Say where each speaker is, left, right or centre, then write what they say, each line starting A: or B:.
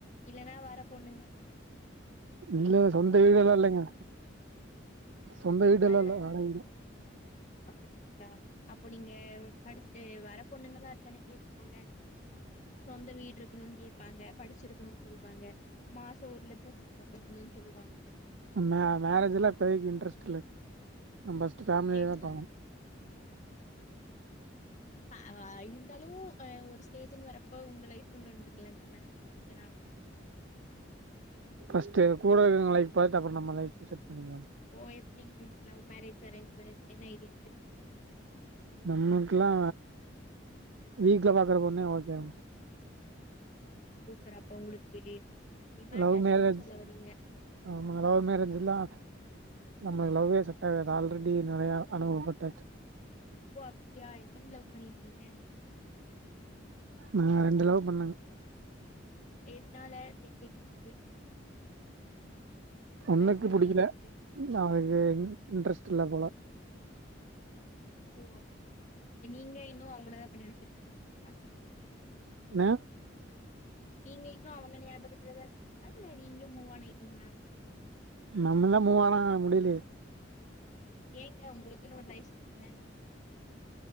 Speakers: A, on the left (about 40°); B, on the right (about 80°).
A: இல்லைனா வர பொண்ணுங்களுக்கு
B: இல்ல சொந்த வீடெல்லா இல்லைங்க சொந்த வீடெல்லா
A: அதுதா
B: இல்ல வாடகைக்கு
A: அப்டிங்களா அப்ப நீங்க படிச்சு வர பொண்ணுங்களா அதானே கேப்பாங்க சொந்த வீடு இருக்கணுன் கேப்பாங்க படிச்சிருக்கணுன் சொல்வாங்க மாச ஒரு லட்ச சம்பாதி க்கணு சொல்லுவாங்க
B: மே மேரேஜ் எல்லா இப்போதைக்கு இன்ட்ரெஸ்ட் இல்ல நம் பஸ்ட் ஃபேமிலியதா
A: எதுனால
B: பாக்கனு
A: எ ஏ இருந்தாலு அஹ் ஒரு ஸ்டேஜுனு வரப்போ உங்க லைஃப்ன்னு ஒண்ணு இருக்குல்ல நீங்க மேரேஜ் பண்ணிதானே ஆகணு
B: ஃபர்ஸ்ட் கூட இருக்றவங்க லைஃப பாத்துட்டு அப்புற நம்ம லைஃப் பண்ணிக்கலாம்
A: ஓ எப்பிடிங்க உங்ளுக்கு லவ் மேரேஜ் அரேஞ்ச் மேரேஜ் என்ன ஐடியா வச்சிருக்கிங்க நீங்க
B: நமக்கெல்லா வீட்டுல பாக்குற பொண்ணே ஓகேங்க
A: ஓகே சூப்பர் அப்ப உங்களுக்கு டிமாண்ட்
B: லவ்
A: அதிகோன்னு
B: மேரேஜ்
A: சொல்ல வரீங்க
B: ஆமா லவ் மேரேஜ்லில்லா நம்மலு லவ்வே செட் ஆகாது ஆல்ரெடி நெறைய அனுபவப் பட்டாச்சு
A: ஓ அப்படியா எத்தனை லவ் பண்ணிருக்கீங்க
B: நா ரெண்டு லவ் பண்ணேங்க
A: எதுனால <unintelligible>
B: ஒண்ணுக்கு
A: லவ்வெல்லா
B: புடிக்கல
A: உங்களுக்கு
B: நா இ இன்ட்ரஸ்ட் இல்ல போல
A: ஓ அப்படியா நீங்க இன்னு அவங்களதான் இப்ப நினைச்சிட்டு இருக்கீங்களா
B: என்ன
A: நீங்க இன்னும் அவங்க நியாபகத்துலதா இருக்கீங்களா இல்ல நீங்களு மூவ் ஆன் ஆயிட்டீங்களா
B: நம்ம தா மூவ் ஆன் ஆக முடியலயே
A: ஏங்க உங்களுக்குன்னு ஒரு லைஃப் இருக்குல <unintelligible>